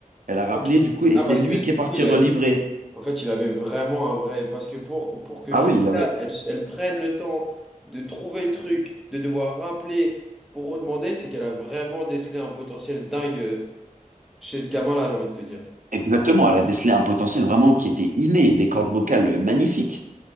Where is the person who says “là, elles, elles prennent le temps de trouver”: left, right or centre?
Centre